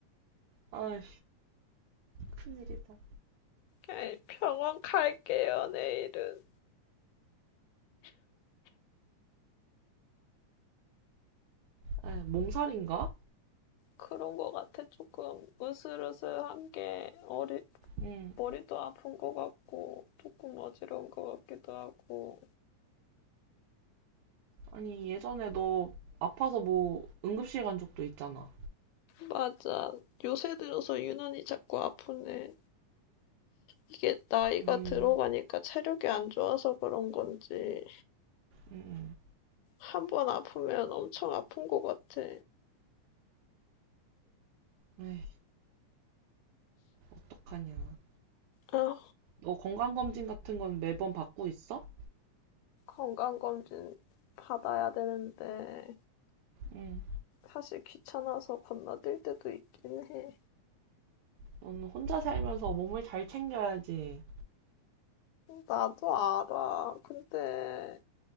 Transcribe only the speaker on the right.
아휴, 큰일이다.
아, 몸살인가?
응.
아니, 예전에 너 아파서 뭐 응급실 간 적도 있잖아.
에휴,
응,
에이, 어떡하냐.
너 건강검진 같은 건 매번 받고 있어?
응,
너는 혼자 살면서 몸을 잘 챙겨야지.